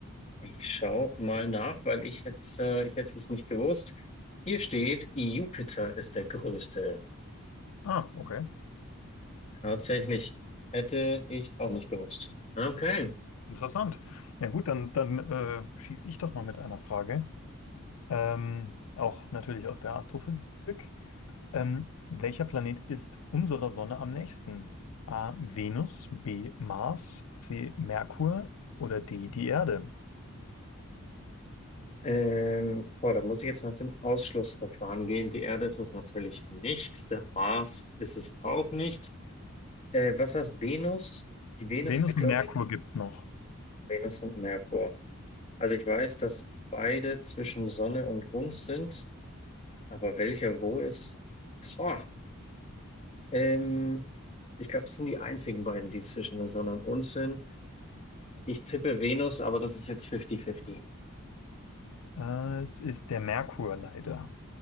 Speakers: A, on the left (about 30°); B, on the left (about 75°).
A: Ich schaue mal nach, weil ich hätte, äh, ich hätte es nicht gewusst. Hier steht, Jupiter ist der größte.
B: Ah, okay.
A: Tatsächlich hätte ich auch nicht gewusst. Okay.
B: Interessant. Ja gut, dann, dann äh, schieße ich doch mal mit einer Frage. Ähm, auch natürlich aus der Astrophysik. Ähm, welcher Planet ist unserer Sonne am nächsten? A. Venus, B. Mars, C. Merkur oder D. die Erde?
A: Ähm, boah, da muss ich jetzt nach dem Ausschlussverfahren gehen. Die Erde ist es natürlich nicht. Der Mars ist es auch nicht. Äh, was war's? Venus? Die Venus
B: Venus
A: ist, glaube
B: und Merkur
A: ich,
B: gibt es noch.
A: Venus und Merkur. Also ich weiß, dass beide zwischen Sonne und uns sind, aber welcher wo ist? Boah. Ähm, Ich glaube, es sind die einzigen beiden, die zwischen der Sonne und uns sind. Ich tippe Venus, aber das ist jetzt 50-50.
B: Äh, es ist der Merkur leider.